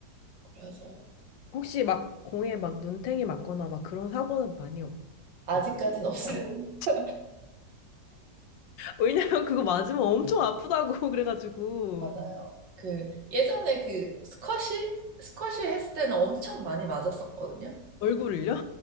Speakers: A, on the right; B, on the left.
A: 그래서
B: 혹시 막 공에 막 눈탱이 맞거나 막 그런 사고는 많이 없,
A: 아직까진
B: 없.
A: 없어요.
B: <laughs>
A: <laughs>
B: 왜냐면 그거 맞으면 엄청 아프다고 <laughs> 그래가지고.
A: 맞아요. 그, 예전에 그, 스쿼시? 스쿼시 했을 때는 엄청 많이 맞았었거든요.
B: 얼굴을요?